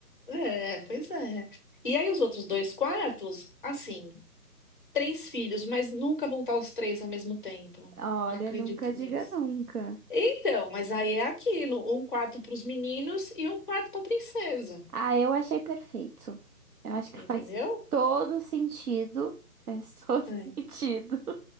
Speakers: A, on the left; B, on the right.
A: É, pois é. E aí os outros dois quartos, assim, três filhos, mas nunca vão estar os três ao mesmo tempo.
B: Olha,
A: Não acredito
B: nunca diga
A: nisso.
B: nunca.
A: Então, mas aí é aquilo, um quarto para os meninos e um quarto para a princesa,
B: Ah, eu achei perfeito. Eu acho que
A: entendeu?
B: faz todo sentido. Faz todo
A: É.
B: <laughs> sentido.